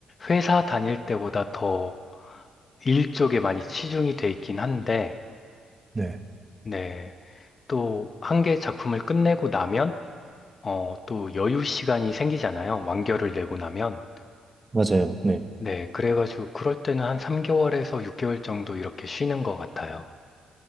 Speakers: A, on the left; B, on the right.
A: 회사 다닐 때보다 더 일 쪽에 많이 치중이 돼 있긴 한데,
B: 네.
A: 네. 또 한 개 작품을 끝내고 나면 어, 또 여유 시간이 생기잖아요. 완결을 내고 나면.
B: 맞아요. 네.
A: 네, 그래가지고 그럴 때는 한 3개월에서 6개월 정도 이렇게 쉬는 것 같아요.